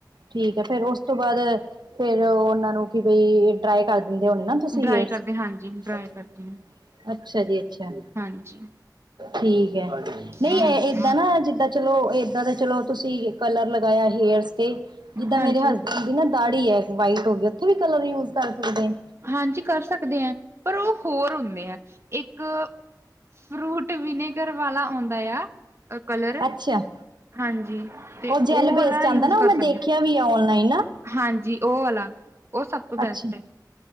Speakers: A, on the right; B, on the right.
A: ਠੀਕ ਹੈ ਫੇਰ ਓਸ ਤੋਂ ਬਾਦ ਫੇਰ ਉਨਾਂ ਨੂੰ ਕਿ ਬਈ ਡਰਾਈ ਕਰ ਦਿੰਦੇ ਹੋਣੇ ਨਾ ਤੁਸੀ
B: ਡਰਾਈ
A: ਹੇਅਰਸ,
B: ਕਰਦੇ ਹਾਂਜੀ ਡਰਾਈ
A: ਹਾਂਜੀ-ਹਾਂਜੀ।
B: ਕਰਦੇ
A: ਅੱਛਾ ਜੀ ਅੱਛਾ
B: ਹਾਂਜੀ
A: ਠੀਕ। ਗੈ, ਨਹੀਂ
B: ਹਾਂਜੀ
A: ਏਦਾਂ ਨਾ ਜਿੱਦਾਂ ਚਲੋ ਏਦਾਂ ਦਾ ਚਲੋ ਤੁਸੀਂ ਕਲਰ ਲਗਾਯਾ ਹੇਅਰਸ ਤੇ ਜਿੱਦਾਂ
B: ਹਾਂਜੀ
A: ਮੇਰੇ ਹਸਬੈਂਡ ਦੀ ਨਾ ਦਾੜੀ ਐ, ਵਾਈਟ ਹੋਗੀ ਉਥੇ ਵੀ ਕਲਰ ਯੂਜ ਕਰ ਸਕਦੇ।
B: ਹਾਂਜੀ ਕਰ ਸਕਦੇ ਐਂ ਪਰ ਓ ਹੋਰ ਹੁੰਣੇ ਐ ਇੱਕ ਫਰੂਟ ਵਿਨੇਗਰ ਵਾਲਾ ਔੰਦਾ ਆ। ਅ ਕਲਰ
A: ਅੱਛਾ
B: ਹਾਂਜੀ ਤੇ
A: ਉਹ ਜੈਲ
B: ਓਹ
A: ਬੇਸਡ
B: ਵਾਲਾ
A: ਆਉਂਦਾ
B: ਯੂਜ
A: ਨਾ ਉਹ
B: ਕਰ
A: ਮੈਂ
B: ਸਕਦੇ
A: ਦੇਖਿਆ
B: ਔ।
A: ਵੀ ਆ ਔਨਲਾਈਨ ਨਾ
B: ਹਾਂਜੀ ਓਹ ਆਲਾ ਓਹ ਸਭ ਤੋਂ ਬੈਸਟ
A: ਅੱਛਾ
B: ਹੈ।